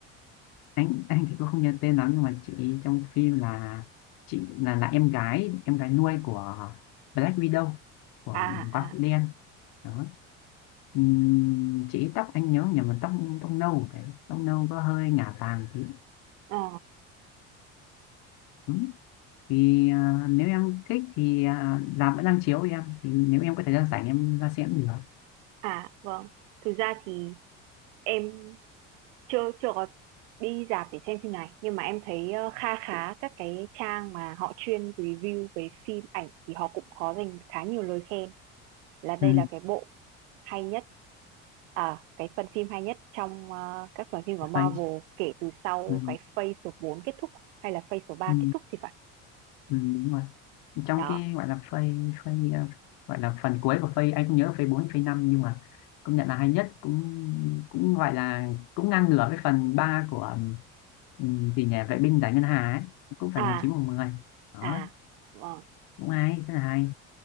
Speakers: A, on the left (about 65°); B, on the right (about 80°).
A: anh anh thì cũng không nhớ tên lắm nhưng mà chị trong phim là chị là là em gái em gái nuôi của Black Widow của
B: À, à,
A: Quả Phụ Đen đó Ừm, chị tóc anh nhớ nhầm là tóc tóc nâu phải tóc nâu có hơi ngả vàng thì
B: ờ,
A: đúng thì à, nếu em thích thì à, làm vẫn đang chiếu em thì nếu em có thời gian rảnh em ra xem cũng được
B: à, vâng. Thực ra thì em chưa chưa có đi rạp để xem phim này, nhưng mà em thấy, ơ, kha khá các cái trang mà họ chuyên review về phim ảnh thì họ cũng có dành khá nhiều lời khen là đây
A: ừ,
B: là cái bộ hay nhất À, cái phần phim hay nhất trong, ơ, các phần phim của Marvel
A: vậy
B: kể từ sau
A: ừ,
B: cái Phase số 4 kết thúc hay là Phase số 3
A: ừ,
B: kết thúc thì phải.
A: ừ, đúng rồi trong
B: Đó.
A: cái gọi là phase phase ờ, gọi là phần cuối của phase anh không nhớ phase 4 phase năm nhưng mà công nhận là hay nhất cũng cũng gọi là cũng ngang ngửa với phần 3 của um, vì nhà vệ binh giải ngân hà ấy cũng phải
B: À,
A: một chín một 10 đó
B: à, ờ,
A: cũng hay rất là hay